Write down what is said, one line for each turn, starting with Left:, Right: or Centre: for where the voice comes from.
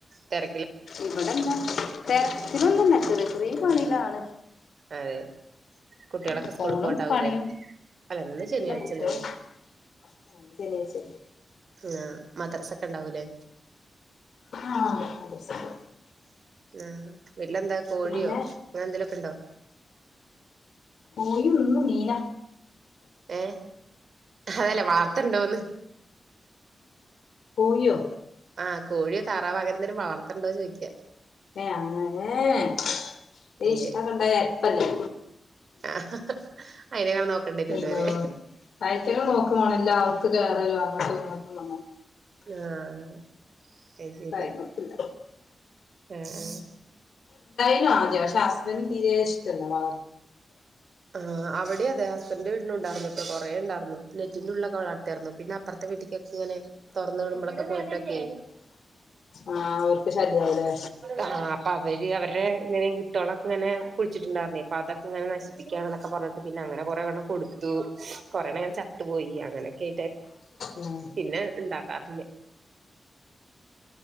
Right: തെര
Left: ഇവിടെ എന്താ തരത്തിലൊന്നും ല്ല ചെറ്യ ചെറ്യേ പണിലാണ്
Right: അതെ കുട്ടികളൊക്കെ
Left: ഉം ഫോണും
Right: സ്കൂളിൽ പോകണ്ടാവൂലേ
Left: പണിയും
Right: അല്ല ഇന്ന് ശനിയാഴ്ചല്ലല്ലേ
Left: ഇല്ല കുട്ട്യൾ ആ ന്ന് ശനിയായ്ച്ചല്ലെ
Right: ആഹ് മദ്രസ ഒക്കെ ഉണ്ടാവു ലേ
Left: ആഹ് മദ്രസണ്ട്
Right: ആ വിട്ട്ലെന്താ കോഴിയോ
Left: പിന്നെ
Right: അങ്ങനെ എന്തേലു ഒക്കെ ഇണ്ടോ
Left: കോഴി നിന്നു മീന
Right: ഏ അ ഹല്ല വളർത്ത്ണ്ടോന്ന്
Left: കോയൊ
Right: ആഹ് കോഴിയോ താറാവൊ അങ്ങനെ എന്തെലും വളർത്ണ്ടോ ചോയിക്കാ
Left: ഏ അങ്ങനെ ഏഎ
Right: ഇല്ലേ
Left: ഇഷ് അതൊക്കണ്ടായാ പ്പല്ലേ
Right: ആഹ് അയിനേങ്ങാനും നോക്കണ്ടി വരൂലോ
Left: എല്ലോ
Right: അതെ
Left: തയചക നോക്ക പോോണ എല്ല അവക്ക് കേയറാലോ അങ്ങോട്ട് പട്ടോ
Right: ആഹ അ ശരി
Left: ഇണ്ടായിമക്കില്ല
Right: ഉം ഉ ഹ
Left: തെ പക്ഷെ ഹസ്ബൻഡറ് തീരെ ഇഷ്ടമല്ല വള
Right: ആ അവിടെ അതെ ഹസ്ബൻഡ് വീട്ടില ഉണ്ടായിന്ന കേട്ടോ കൊറെേ ഉണ്ടായിരുന്നു നെറ്റിന്റെള്ളൊക്കെ അവളത്തായിരുന്നു പിന്നെ അപ്പറ മത്തെ വീട്ടിക്കൊക്കെ ഇങ്ങനെ തുറന്ന വിടുമ്പോഴൊക്കെ പോയിട്ടൊക്കെയ
Left: ആഹ് അവർക്ക് ശല്യാവുലേ
Right: ആ ആ അപ്പൊ അവര് അവരുടെ ഇങ്ങനെയ തുളക്ക ഇങ്ങനെ കുളിച്ചിട്ടുണ്ടായിുന്നരുന്നു ഇപ്പൊ അത് അങ്ങനെ നശിപ്പിക്കാന ഒക്കെ പറഞ്ഞിട്ട് പിന്നെ അങ്ങന കൊറേണ്ണം കൊടുത്തു കൊറെേണങ്ങ ചത്തുപ പോയി അങ്ങനെ കേ
Left: ഉം
Right: പിന്നെ ഉണ്ടാക്കാറില്ല